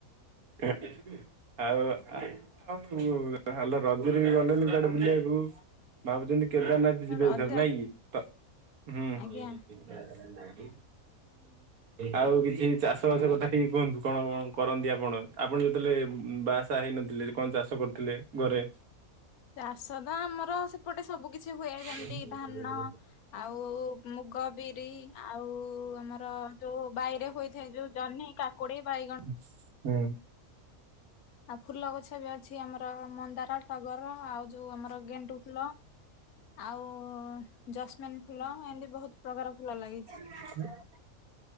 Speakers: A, on the right (about 80°); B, on the left (about 85°).
A: <inaudible> ଆଉ ହ୍ୟାଲୋ ରଜରେ ବି ଗଲେନି କଆଡେ ବୁଲିବାକୁ? ଭାବୁଛନ୍ତି କେଦାରନାଥ ଯିବେ
B: ରଜ
A: ଏଥର ନାଇଁ କି ତ ହୁଁ।
B: ଆଜ୍ଞା
A: ଆଉ କିଛି ଚାଷ ବାସ କଥା ଟିକେ କୁହନ୍ତୁ, କଣ କଣ କରନ୍ତି ଆପଣ? ଆପଣ ଯେତେବେଳେ ବାହାସାହା ହେଇନଥିଲେ କଣ ଚାଷ କରୁଥିଲେ ଘରେ?
B: ଚାଷ ତ ଆମର ସେପଟେ ସବୁ କିଛି ହୁଏ ଯେମିତି
A: ହୁଁ ହୁଁ
B: ଧାନ
A: ହୁଁ ହୁଁ
B: ଆଉ ମୁଗ, ବିରି ଆଉ ଆମର ଯୋଉ ବାଇରେ ହୋଇଥାଏ ଯୋଉ ଜହ୍ନି, କାକୁଡି, ବାଇଗଣ।
A: ହୁଁ।
B: ଆଉ ଫୁଲ ଗଛ ବି ଅଛି ଆମର ମନ୍ଦାର, ଟଗର ଆଉ ଯୋଉ ଆମର ଗେଣ୍ଡୁ ଫୁଲ। ଆଉ ଜସ୍ମିନ ଫୁଲ ଏମିତି ବହୁତ ପ୍ରକାର ଫୁଲ ଲାଗିଛି।
A: ହ